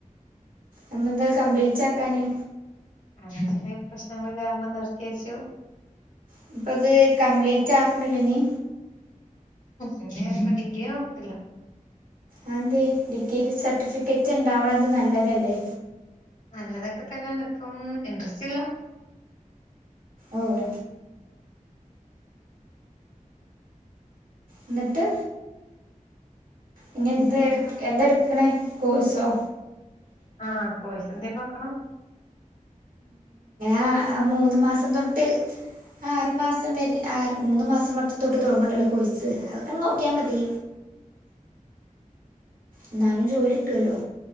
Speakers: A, on the right (about 85°); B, on the left (about 65°).
A: അന്നന്ത അത് കംപ്ലീറ്റ് ആക്കാഞ്ഞേ?
B: അന്ന് ചിലേ പ്രശ്നങ്ങൾ കാരണം നിർത്തിവെച്ചു
A: ഇഞ്ഞിപ്പ അത് കംപ്ലീറ്റ് ആക്കണില്ല ഇഞ്ഞി?
B: എങ്ങനെ ഇപ്പ ഡിഗ്രി നോക്ക്ണില്ല
A: അതെന്തേ ഡിഗ്രി സർട്ടിഫിക്കറ്റ് ഇണ്ടാവണത് നല്ലതല്ലേ
B: നല്ലതൊക്കെ തന്നെണ്, ഇപ്പം ഇൻട്രസ്റ്റ് ഇല്ല
A: ഓഹ് ഇന്നട്ട് ഇഞ്ഞി എന്ത എട്, എന്ത എടുക്കണേ കോഴസോ?
B: ആഹ്, കോയിസ് എന്തേം നോക്കണം
A: ആഹ് ആ മൂന്ന് മാസം തൊട്ട് ആറു മാസം വരേ ആ മൂന്ന് മാസം മട്ട് തൊട്ട് തൊടങ്ങണ്ടല്ലോ കോഴ്സ് അതൊക്കെ ഒന്ന് നോക്കിയാ മതി ഇന്നാലും ജോലിട്ടൊല്ലോ